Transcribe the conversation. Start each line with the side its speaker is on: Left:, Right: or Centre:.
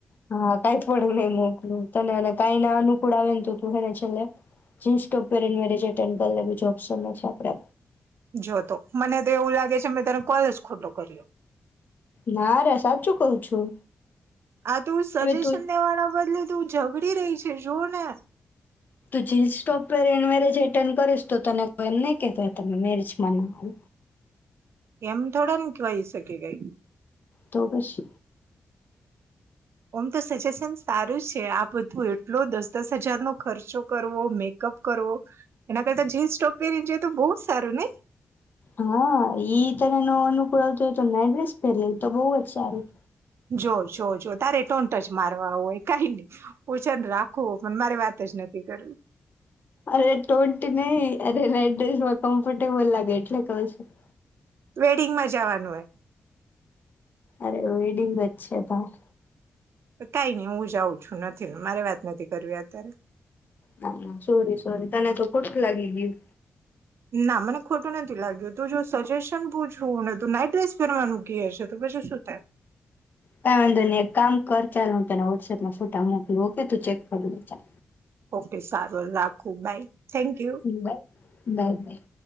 Left: હા કઈ પડું નહી મોકલુ. તને અને કાંઈ અનુકૂળ આવે ને તું હેને છેલ્લે જીન્સ ટોપ પહેરીને મેરેજ અટટેન્ડ કરી લે બીજુ ઓપ્શનય છે આપડે.
Right: જોતો મને તો એવું લાગે છે મેં તને કોલજ ખોટો કર્યો.
Left: ના રે સાચું કઉ છું.
Right: આ તું સજેશન
Left: હવે તું
Right: દેવાના બદલે તું ઝઘડી રહી છે જોને
Left: તું જીન્સ ટોપ પેરી ને મેરેજ એટેન્ડ કરીશ તો તને કોઈ એમ નહી કે કે તમે મેરેજમાં ન આવો.
Right: એમ થોડાન કહી શકે કઈ.
Left: દોગશ.
Right: ઓમ તો સજેશન સારું છે આ બધું એટલો દસ દસ હજારનો ખર્ચો કરવો, મેકઅપ કરવો, એના કરતા જીન્સ ટોપ પહેરીને જોઈએ તો બહુ જ સારું નહી?
Left: હા ઈ તને નો અનુકૂળ આવતો હોય તો નાઈડ્રેસ પહેર લે ઈ તો બહુ જ સારું.
Right: જોર, જોર, જોર. તારે ટોન્ટ જ મારવા હોય. કાઈ નહી હું છેને રા <unintelligible> પણ મારે વાત જ નથી કરવી.
Left: અરે ટોન્ટ નહીં, અરે નાઈડ્રેસમાં કમ્ફર્ટેબલ લાગે એટલે કઉં છું.
Right: વેડિંગમાં જાવાનું હે
Left: અરે વેડિંગ જ છે ભાઈ.
Right: કાઈ નઈ હું જાઉં છું, નથી મારે વાત નથી કરવી અત્યારે.
Left: ના, ના સોરી સોરી તને તો ખોટું લાગી ગયું.
Right: ના મને ખોટું નથી લાગ્યું, તું જો સજેશન પૂછુંને તું નાઈટ ડ્રેસ પહેરવાનું ક્યે છે તો પછી શું થાય.
Left: કાઈ વાંધો નહીં એક કામ કર ચાલ હું તને વોટ્સએપમાં ફોટા મોકલું ઓકે તું ચેક કર લે ચાલ.
Right: ઓકે સારું રાખું bye. Thank you
Left: hmm bye, bye, by.